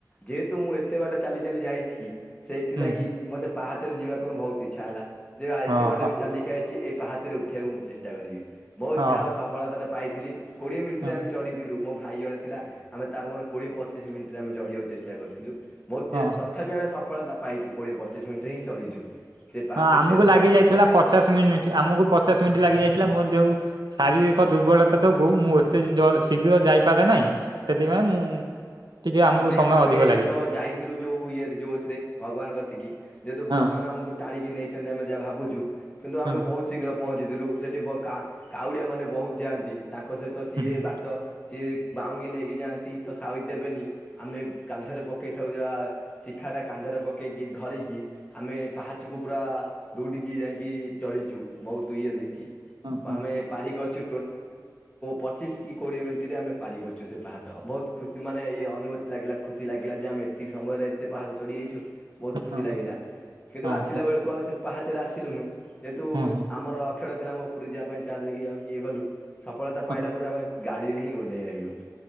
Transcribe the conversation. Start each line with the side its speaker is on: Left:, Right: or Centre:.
Left: ଯେହେତୁ ମୁଁ ଏତେ ବାଟ ଚାଲି ଚାଲି ଯାଇଛି କି ସେଇଥିଲାଗି
Right: ହୁଁ ହୁଁ
Left: ମୋତେ ପାହାଚରେ ଯିବାକୁ ପାଇଁ ବହୁତ ଇଚ୍ଛା ହେଲା ଯେ ଆ ଏତେ
Right: ହଁ
Left: ବାଟ
Right: ହଁ
Left: ବି ଚାଲିକି ଆଇଛି ଏ ପାହାଚରେ ଉଠିବାକୁ ମୁଁ ଚେଷ୍ଟା କରିବି ବହୁତ
Right: ହଁ
Left: ଯାହା ହଉ ସ ପଳା ତାଟ ପାଇଥିଲି କୋଡ଼ିଏ ମିନିଟରେ
Right: ହଁ
Left: ଆମେ ଚଢ଼ିଥିଲୁ ମୋ ଭାଇ ଜଣେ ଥିଲା ଆମେ ତାର ମୋର କୋଡ଼ିଏ ପଚିଶ ମିନିଟରେ ଆମେ ଚଢ଼ିବାକୁ ଚେଷ୍ଟା କରିଥିଲୁ ମ
Right: ହଁ।
Left: ଚେ ତଥାପି ଆମେ ସଫଳତା ପାଇଛୁ କୋଡ଼ିଏ ପଚିଶ ମିନିଟ ରେ ଚଢ଼ିଛୁ ସେ ପାହାଚ
Right: ହଁ ଆମକୁ
Left: ତେରଶହ
Right: ଲାଗି
Left: ବାଉନ
Right: ଯାଇଥିଲା
Left: ପାହାଚ
Right: ପଚାଶ ମିନିଟ୍ ଆମକୁ ପଚାଶ ମିନିଟ୍ ଲାଗି ଯାଇଥିଲା ମୋର ଯୋଉ ଶାରୀରିକ ଦୁର୍ବଳତା ଯୋଗୁ ମୁଁ ଏତେ ଜ ଶୀଘ୍ର ଯାଇପାରେ ନାହିଁ ସେଥିପାଇଁ ମୁଁ ଟିକେ ଆମକୁ
Left: ଆମେ
Right: ସମୟ
Left: ଆମେ
Right: ଅଧିକ ଲାଗେ
Left: ତ ଯାଇଥିଲୁ ଯୋଉ ଇଏ ଜୋସ ରେ ଭଗବାନ କତିକି ଯେହେତୁ
Right: ହଁ
Left: ଭଗବାନ ଆମକୁ ଟାଣିକି ନେଇଛନ୍ତି ଆମେ ଯାହା ଭାବୁଛୁ କିନ୍ତୁ ଆମେ
Right: ହଁ
Left: ବହୁତ ଶୀଘ୍ର ପହଞ୍ଚିଥିଲୁ ସେଠି ବ କା କାଉଡ଼ିଆ ମାନେ ବହୁତ ଯାଆନ୍ତି ତାଙ୍କ ସହିତ ସିଏ
Right: ହଁ।
Left: ବାଟ ସିଏ ବାଉଁଙ୍କି ନେଇକି ଯାଆନ୍ତି ତ ସାଉ ଦେବେନି ଆମେ କାନ୍ଧରେ ପକାଇଥାଉ ଯାହା ଶିଖାଟା କାନ୍ଧରେ ପକାଇକି ଧରିକି ଆମେ ପାହାଚକୁ ପୁରା ଦୌଡ଼ିକି ଯାଇକି ଚଢ଼ିଛୁ ବହୁତ ଇଏ ଦେଇଛି
Right: ହଁ ହଁ
Left: ଆମେ
Right: ହଁ
Left: ପାରିିକି ଅଛୁ ପଚିଶ କି କୋଡିଏ ମିନିଟରେ ଆମେ ପାରି କରିଛୁ ସେ ପାହାଚ ବହୁତ ଖୁସି ମାନେ ଅନୁମତି ଲାଗିଲା ଖୁସି ଲାଗିଲା ଯେ ଆମେ ଏତିକି ସମୟରେ ଏତେ ପାହାଚ ଚଢିଯାଇଛୁ ବହୁତ
Right: ହଁ
Left: ଖୁସି
Right: ହଁ
Left: ଲାଗିଲା କିନ୍ତୁ
Right: ହଁ
Left: ଆସିଲା ବେଳକୁ ଆଉ ସେ ପାହାଚରେ ଆସିଲୁନୁ ଯେହେତୁ
Right: ହଁ ହଁ
Left: ଆମର ଶଫର ଥିଲା ଆମ ଉପୁରୀ ଯିବା ପାଇଁ ଚାଲିକି ଆଉ ଇଏ କଲୁ ସଫଳତା
Right: ହଁ।
Left: ପାଇଲା ପରେ ଆମେ ଗାଡ଼ିରେ ହିଁ ଓଲାଇ ଆଇଲୁ